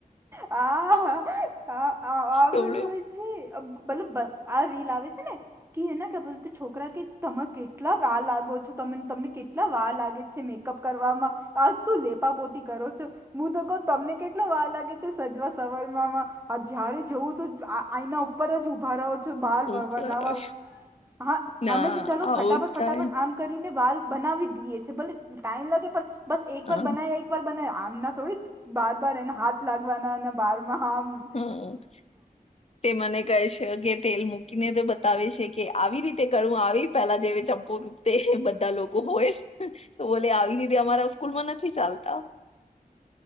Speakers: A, on the right; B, on the left.
A: હા હ હ આવું
B: થોડું
A: જોઈ- - મતલબ આ રીલ આવે છે ને? કે એના કે બોલ છોકરા કે તર કેટલા વાર લાગો છો તમને કેટલા વાર લાગે છે મેકઅપ- - કરવામાં આજ શું લેપાપોતી કરો છો- - હું તો કઉ તમને કેટલો વાર લાગે છે સજવા સવરવામાં? આ જયારે જોવું તો આના ઉપર જ ઊભા રહો- - બળ
B: ઉપરા
A: વગાવા હા
B: ના
A: હમે તો ચાલલો
B: આવું
A: ફટાફટ
B: જ થાય
A: ફટાફટ આમ- - કરીને વાલ બનાવી દઈએ છે ભલે ટાઈમ લાગે પણ બસ એક
B: હ
A: વાર બના- - બના આમના થોડી બાર બાર એને હાથ લાગવાના અને બારમાં- -
B: હા. તે મને કહે છે કે તેલ મૂકીને તે બતાવે છે કે આવી રીતે કરું આવી પેલા જેવી ચંપુર- - તે બધા લોકો બોય તો બોલે આવી રીતે અમારા સ્કૂલ માં નથી ચાલતા.